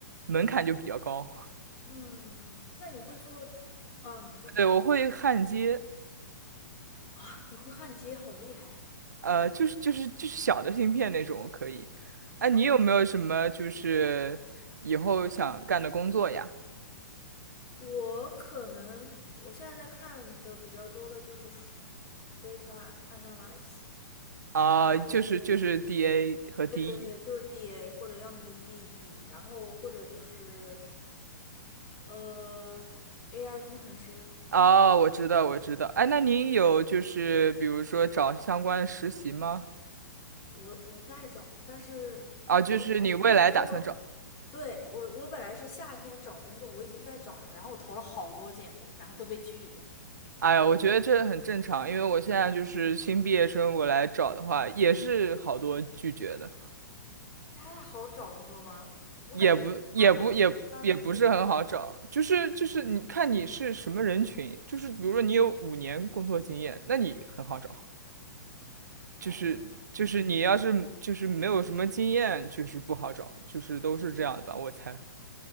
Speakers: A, on the right (about 65°); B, on the left (about 30°).
A: 门槛就比较高。
B: 嗯，嗯，那你会做？啊，你说
A: <laughs> 对，我会焊接，
B: 啊，你会焊接，好厉害
A: 呃，就是就是就是小的芯片那种可以。哎、你有没有什么就是以后想干的工作呀？
B: 啊！我可能我现在在看的比较多的就是数 data analyze，
A: 啊、
B: 然后
A: 就是就是 DA 和 DE。
B: 对对对，就是 DA 或者要么就 DE，然后或者就是呃，AI 工程师，
A: 哦，我知道，我知道。哎，那您有就是比如说找相关的实习吗？
B: 我我在找，但是我本来
A: 啊，就是你未来打算找？
B: 我本对我我本来是夏天找工作，我已经在找了，然后我投了好多简历，然后都被拒了。
A: 哎呀，我觉得这很正常，因为我现在就是新毕业生，我来找的话也是好多拒绝的，
B: 加拿大好找工作吗？我感觉它可能包容度更高。
A: 也不也不也也不是很好找，就是就是你看你是什么人群，就是比如说你有五年工作经验，那你很好找，<laughs> 就是就是你要是就是没有什么经验，
B: 哦，了解。
A: 就是不好找，就是都是这样的吧，我猜。